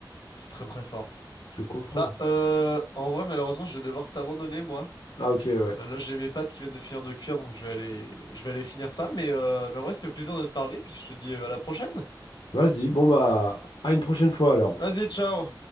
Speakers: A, on the left; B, on the left.
A: c'est très très fort.
B: Je comprends.
A: Bah, euh... En vrai, malheureusement, je vais devoir t'abandonner, moi.
B: Ah ok, ouais.
A: Euh, là, j'ai mes pâtes qui viennent de finir de cuire, donc je vais aller... Je vais aller finir ça. Mais, euh... mais en vrai, c'était au plaisir de te parler, puis je te dis euh, à la prochaine.
B: Vas-y, bon bah, à une prochaine fois alors.
A: Vas-y, ciao!